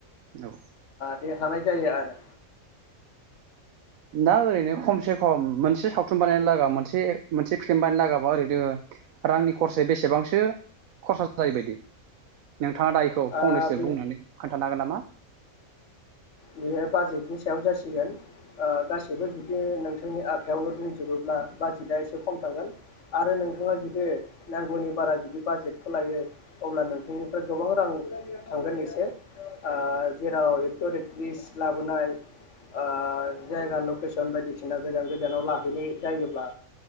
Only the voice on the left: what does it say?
दे हानाय जायो आरो
ओ
बे
बेयो बाजेटनि सायाव जासिगोन ओ गासैबो जुदि नोंथांनि आखाइायावनो दंजोबोब्ला बाजेटआ एसे खम थांगोन आरो नोंथाङा जुदि नांगौनि बारा जुदि बाजेटखौ लायो अब्ला नोंथांनिफ्राय गोबां रां थांगोन एसे आ जेराव ओरित ‌। लिस्ट लाबोनाय ओ जायगा लकेसन बायदिसिना गोजान गोजानाव लाहैनाय जायोब्ला